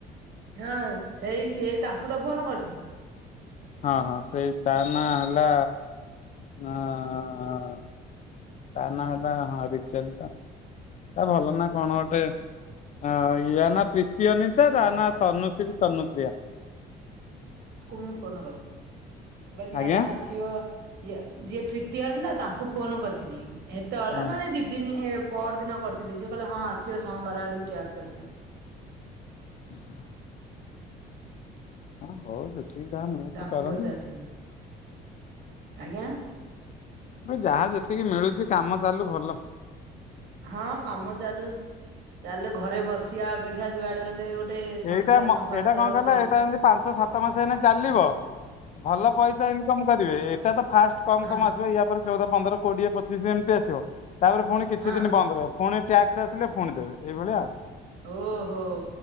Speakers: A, on the right (about 75°); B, on the left (about 45°).
A: ହାଁ ସେଇ ସିଏ ତାଙ୍କୁ ତ ଫୋନ୍ କର୍ଥିଲି।
B: ହଁ ହଁ ସେଇ ତା ନାଁ ହେଲା ଆଁ ତା ନାଁ ହେଲା ହଁ ରିଚାଲିତା। ତା ଭଲ ନାଁ କଣ ଗୋଟେ ଆ ୟା ନାଁ ପ୍ରୀତି ଅନି ୟା ତା
A: ହୁଁ।
B: ନା ତନୁଶ୍ରୀ ତନୁପ୍ରିୟା।
A: ତାକୁ ମୁଁ ଫୋନ କରିଥିଲି, ମୁଁ କଇଲି ମ୍ୟାଡ଼ମ୍
B: ଆଜ୍ଞା
A: ଆସି ଇଅ ଇଆ ଯିଏ ପ୍ରୀତି ଅନିତା ତାଙ୍କୁ ଫୋନ କର୍ଥିଲି ହେତେବଳେ
B: ହଁ
A: ମାନେ ଦିଦ୍ ଦିନି ଇଏ ପର୍ ଦିନ କର୍ଥିଲି ସିଏ କଇଲେ ହଁ ଆସିବ ସୋମବାର ଆଡ଼କୁ ଟ୍ୟାକ୍ସ ଆସିବ।
B: ହୁଁ ହୁ। ହଁ ହଉ ଯେତିକି ଯାହା ମିଳୁଚି
A: ତାଙ୍କୁ
B: କରନ୍ତୁ।
A: ପଚାରିଥିଲି ଆଜ୍ଞା।
B: ଯେ ଯାହା ଯେତିକି ମିଳୁଚି କାମ ଚାଲୁ ଭଲ।
A: ହାଁ କାମ ଚାଲୁ ଚାଲୁ ଘରେ ବସି ଟିଆ ଅପେକ୍ଷା ଯୁଆଡ଼େ ହେଲେ ଗୋଟେ ସଂସ୍ଥା
B: ଏଇଟା ମ
A: କମ୍ପାନୀ
B: ଏଇଟା
A: ତରଫରୁ
B: କଣ କହିଲ
A: ଆଇଚି।
B: ଏଇଟା ଏମିତି ପାଞ୍ଚ ସାତ ମାସ ଏଇନା ଚାଲିବ। ଭଲ ପଇସା ଇନ୍କମ୍ କରିବେ, ଏଇଟା ତ ଫାଷ୍ଟ୍ କମ୍
A: ହଁ
B: କମ୍ ଆସିବ ୟା ପରେ ଚଉଦ ପନ୍ଦ୍ର କୋଡ଼ିଏ ପଚିଶ୍ ଏମ୍ତି ଆସିବ, ତାପରେ ପୁଣି କିଛି
A: ହଁ
B: ଦିନ୍ ବନ୍ଦ୍ ରଇବ। ପୁଣି ଟ୍ୟାକ୍ସ୍ ଆସିଲେ ପୁଣି ଦେବେ ଏଇଭଳିଆ ଆଉ।
A: ଓହୋ